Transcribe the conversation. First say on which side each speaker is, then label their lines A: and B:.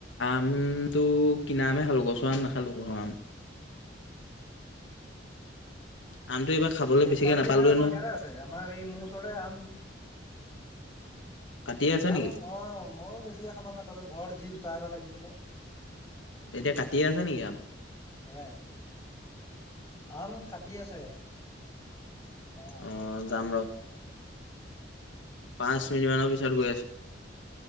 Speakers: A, on the left; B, on the left.
A: আম টো কিনা আমে খালো গছৰ আম নাখালো ঘৰ আম। আমটো এইবাৰ খাবলৈ
B: এই
A: বেছিকে
B: খোৱা যৰি
A: নাপালোৱে
B: আহা আকৌ
A: নহয়
B: ইয়াৰে আছে আমাৰ এই মোৰ ওচৰতে আম।
A: কাটিয়ে আছে
B: আম
A: নেকি
B: অ মইো বেছিকে খাব নাপালো ঘৰত যি দুটা এটা লাগিছিলে।
A: এতিয়া কাটি আছে নেকি আম।
B: সেয়াই আম কাটি আছে। অ
A: আহ জাম ৰ। পাঁচ
B: উম
A: মিনিট মানৰ পিছত গৈ আছো।